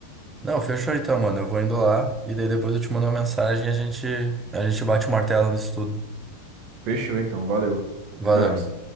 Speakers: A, on the right; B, on the right.
A: Não, fechou então, mano. Eu vou indo lá e daí depois eu te mando uma mensagem e a gente, a gente bate o martelo nisso tudo.
B: Fechou então, valeu. É
A: Valeu.
B: nóis.